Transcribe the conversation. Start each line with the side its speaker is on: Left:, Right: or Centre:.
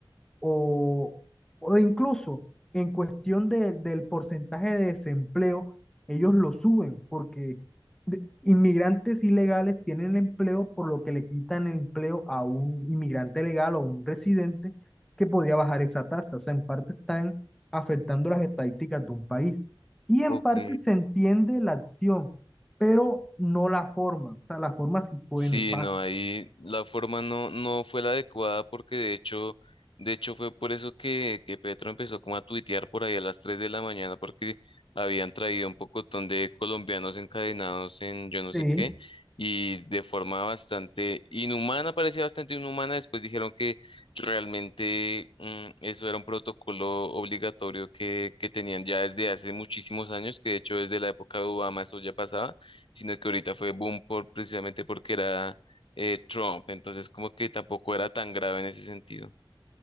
Centre: o, o incluso en cuestión de- del porcentaje de desempleo, ellos lo suben porque de- inmigrantes ilegales tienen empleo por lo que le quitan empleo a un inmigrante legal o un residente que podía bajar esa tasa. O sea, en parte están afectando las estadísticas de un país y en
Left: Ok.
Centre: parte se entiende la acción, pero no la forma. O sea, la forma sí fue
Left: Sí,
Centre: nefasta.
Left: no, ahí la forma no, no fue la adecuada porque de hecho, de hecho fue por eso que, que Petro empezó como a tuitear por ahí a las 3 de la mañana porque habían traído un pocotón de colombianos encadenados en yo no sé
Centre: Sí.
Left: qué y de forma bastante inhumana, parecía bastante inhumana, después dijeron que realmente mm, eso era un protocolo obligatorio que, que tenían ya desde hace muchísimos años, que de hecho desde la época de Obama eso ya pasaba sino que ahorita fue boom por, precisamente porque era eh, Trump, entonces como que tampoco era tan grave en ese sentido.